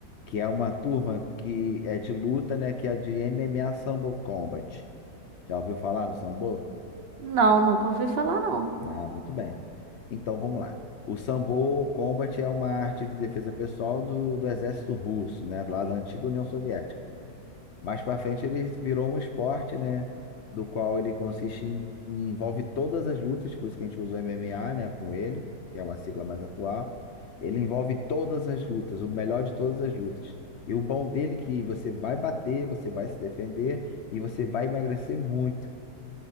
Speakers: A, on the left; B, on the right.
A: Que é uma turma que é de luta, né? Que é de MMA Sambo Combat. Já ouviu falar no Sambo?
B: Não, nunca ouvi falar, não.
A: Ah, muito bem. Então vamos lá. O Sambo Combat é uma arte de defesa pessoal do, do exército russo, né? Lá da antiga União Soviética. Mais para frente ele virou um esporte, né? Do qual ele consiste em, em- envolve todas as lutas, por isso que a gente usa o MMA, né? Com ele, que é uma sigla mais atual. Ele envolve todas as lutas, o melhor de todas as lutas. E o bom dele é que você vai bater, você vai se defender e você vai emagrecer muito.